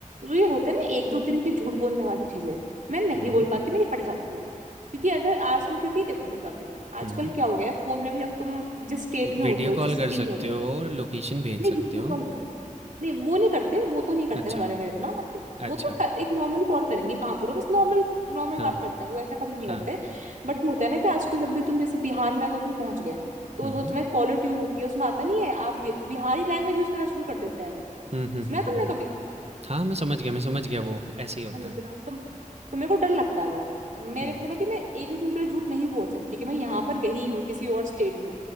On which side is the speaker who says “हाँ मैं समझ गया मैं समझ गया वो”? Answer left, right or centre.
Right